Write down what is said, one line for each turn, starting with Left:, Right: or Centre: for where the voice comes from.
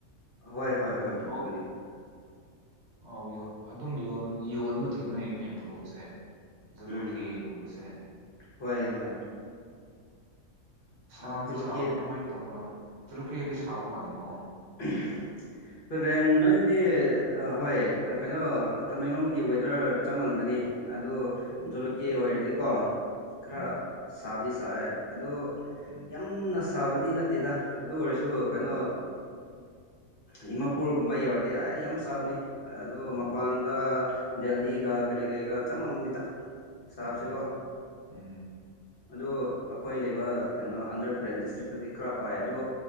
Left: ꯍꯣꯏ ꯍꯣꯏ
Right: ꯎꯝ
Left: ꯍꯣꯏ ꯍꯣꯏ
Right: ꯄ꯭ꯂꯣꯠ
Left: ꯃꯥꯅꯤ ꯃꯥꯅꯤ
Right: ꯑꯧ ꯌ ꯑꯗꯨꯝ ꯌꯣꯟꯕ ꯊꯦꯡꯅꯩꯅꯦ ꯄ꯭ꯂꯣꯠꯁꯦ ꯖꯂꯣꯀꯦꯒꯨꯝꯕꯁꯦ
Left: ꯎꯝ ꯎꯝ ꯍꯣꯏ ꯍꯣꯏ
Right: ꯁꯥꯗꯤ
Left: ꯑꯗꯨꯃꯛꯀꯤ
Right: ꯁꯥꯕ꯭ꯔꯥ ꯀꯔꯝꯍꯥꯏꯅ ꯇꯧꯕ꯭ꯔꯥ ꯆꯂꯨꯛꯀꯦꯗꯤ ꯁꯥꯕ ꯃꯥꯜꯂꯤꯀꯣ
Left: <inaudible> ꯔꯦꯟ ꯅꯣꯏꯗꯤ ꯍꯣꯏ ꯀꯩꯅꯣ ꯇꯃꯦꯡꯂꯣꯡꯒꯤ ꯋꯦꯗꯔ ꯆꯞ ꯃꯟꯕꯅꯤ ꯑꯗꯨ
Right: ꯎꯝ
Left: ꯖꯣꯂꯨꯀꯦ ꯑꯣꯏꯔꯗꯤꯀꯣ ꯈꯔ
Right: ꯎꯝ
Left: ꯁꯥꯕꯗꯤ ꯁꯛꯑꯦ ꯑꯗꯣ
Right: ꯎꯝ
Left: ꯌꯥꯝꯅ ꯁꯥꯕꯗꯤ ꯅꯠꯇꯦꯗ ꯑꯗꯨ ꯑꯣꯏꯔꯁꯨ
Right: ꯎꯝ
Left: ꯀꯩꯅꯣ ꯗꯤꯃꯥꯄꯨꯔꯒꯨꯝꯕ ꯌꯧꯔꯗꯤ ꯑꯩ ꯌꯥꯝ ꯁꯥꯕꯅꯤ ꯑꯗꯣ
Right: ꯎꯝ
Left: ꯃꯄꯥꯟꯗ ꯗꯦꯜꯍꯤꯒ ꯀꯔꯤ ꯀꯩ ꯀ ꯃꯅꯤ ꯊ ꯁꯥꯕꯁꯤ
Right: ꯎꯝ
Left: ꯀꯣ
Right: ꯎꯝ
Left: ꯑꯗꯣ ꯑꯩꯈꯣꯏ ꯂꯩꯕ ꯀꯩꯅꯣ ꯑꯟꯗꯔ ꯄꯔꯦꯟ ꯗꯤꯁꯇ꯭ꯔꯤꯛꯇꯗꯤ ꯈꯔ ꯐꯥꯏ ꯑꯗꯣ